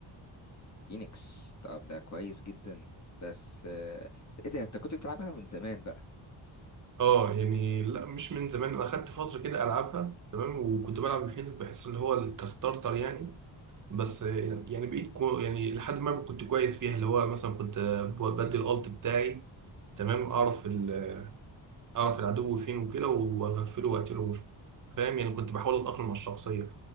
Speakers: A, on the left; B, on the right.
A: فينيكس طب ده كويس جدا بس آه، ايه ده انت كنت بتلعبها من زمان بقى
B: اه يعني لا مش من زمان انا اخدت فتره كده العبها تمام وكنت بلعب الفينيكس بحس ان هو الكستارتر يعني بس يعني بقيت كو يعني لحد ما كنت كويس فيها اللي هو مثلا كنت بدي الالت بتاعي تمام اعرف ال- اعرف العدو فين وكده واغفله واقتله مش فاهم يعني كنت بحاول اتاقلم على الشخصيه